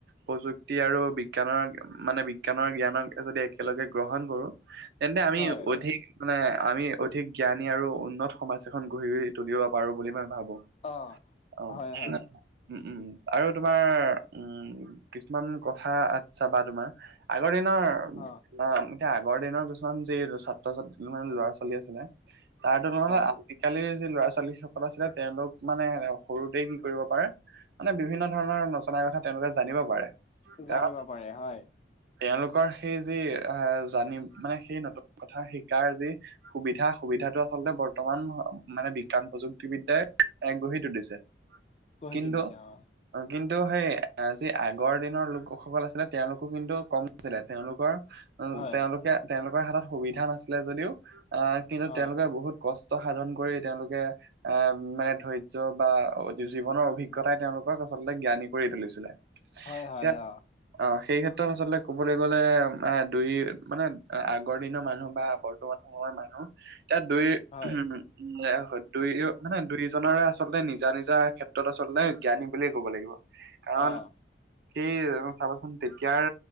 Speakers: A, on the right; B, on the left.
A: প্ৰযুক্তি আৰু বিজ্ঞানৰ মানে বিজ্ঞানৰ জ্ঞানক যদি একেলগে গ্ৰহণ কৰো, তেন্তে আমি
B: হয়
A: অধিক মানে আমি অধিক জ্ঞানী আৰু উন্নত সমাজ এখন গঢ়ি তুলিব পাৰো বুলি মই ভাবো।
B: অ
A: অঁ,
B: হয় হয়
A: উম উম। আৰু তোমাৰ উম কিছুমান কথা আচ্ছা চাবা তোমাৰ, আগৰ দিনৰ এতিয়া
B: অ
A: আগৰ দিনৰ কিছুমান যি ছাত্ৰ-ছাত্ৰী, ল'ৰা-ছোৱালী আছিলে, তাৰ তুলনাত
B: অ
A: আজিকালিৰ যি ল'ৰা-ছোৱালী সকল আছিলে, তেওঁলোক মানে সৰুতে কি কৰিব পাৰে! মানে বিভিন্ন ধৰণৰ নজনা কথা তেওঁলোকে জানিব পাৰে।
B: জানিব
A: কাৰণ
B: পাৰে হয়।
A: তেওঁলোকৰ সেই যি আহ জানিম মানে সেই নতুন কথা শিকাৰ যি সুবিধা, সুবিধাটো আচলতে বৰ্তমান মানে বিজ্ঞান প্ৰযুক্তিবিদ্যাই এক গঢ়ি তুলিছে।
B: গঢ়ি
A: কিন্তু
B: তুলিছে অ
A: কিন্তু সেই আজিৰ আগৰ দিনৰ লোকসকল আছিলে, তেওঁলোকো কিন্তু কম ছিলে, তেওঁলোকৰ উ
B: হয়
A: তেওঁলোকে তেওঁলোকৰ হাতত সুবিধা নাছিলে যদিওঁ, আহ কিন্তু
B: অ
A: তেওঁলোকে বহুত কষ্ট সাধন কৰি তেওঁলোকে আহ মানে ধৈৰ্য্য বা জীৱনৰ অভিজ্ঞতাই তেওঁলোক ক'ক আচলতে জ্ঞানী কৰি তুলিছিলে।
B: হয়, হয়,
A: ইয়াত
B: অ।
A: অ সেই ক্ষেত্ৰত আচলতে কবলৈ গ'লে, এ দুই মানে আগৰ দিনৰ মানুহ বা বৰ্তমান সময়ৰ মানুহ, তাত দুই
B: হয়
A: উম উ দুই মানে দুই জনৰে আচলতে নিজা, নিজা ক্ষেত্ৰত আচলতে জ্ঞানী বুলিয়ে ক'ব লাগিব। কাৰণ
B: অ
A: সেই চাবাচোন, তেতিয়াৰ